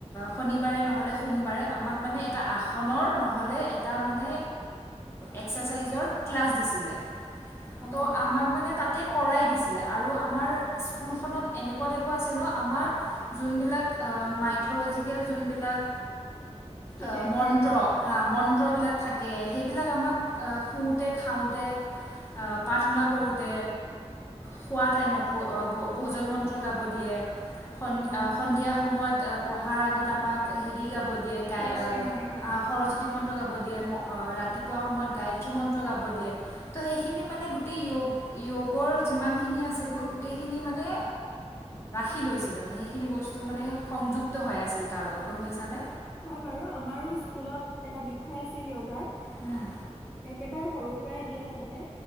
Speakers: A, on the left; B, in the centre.
A: শনিবাৰে নহ'লে সোমবাৰে আমাক মানে এটা আসনৰ নহ'লে এটা মানে এক্সাৰচাইজৰ ক্লাছ দিছিলে।
B: অ
A: ত' আমাক মানে তাতে। কৰাই দিছিলে আৰু আমাৰ স্কুলখনত এনেকুৱা টাইপৰ আছিল ন। আমাৰ যোনবিলাক মাইথ'লজিকেল যোনবিলাক।
B: ষ্টুডেন্টছ
A: আহ মন্ত্ৰ। হা মন্ত্ৰবিলাক থাকে সেইবিলাক আমাক শুওঁতে খাওঁতে প্ৰাৰ্থনা কৰোঁতে খোৱা টাইমত ভ ভোজন মন্ত্ৰ গাব দিয়ে। স
B: অ
A: সন্ধিয়া সময়ত। পঢ়াৰ আগত আমাক হেৰি গাব দিয়ে গাই
B: সৰস্বতী
A: আহ
B: মন্ত্ৰ
A: সৰস্বতী মন্ত্ৰ গাব দিয়ে ৰাতিপুৱা সময়ত গায়ত্ৰী মন্ত্ৰ গাব দিয়ে ত' সেইখিনি মানে গোটেই যগৰ যিমানখিনি আছিল ন গোটেইখিনি মানে কি লৈছিলে মানে সেইখিনি বস্তু মানে সংযুক্ত হৈ আছিল তাৰ লগত গম পাইছানে
B: হয় বাৰু আমাৰো স্কুলত এটা বিষয় আছিল য়োগাৰ
A: উম
B: একেবাৰে সৰুৰ পৰাই দিয়ে আচলতে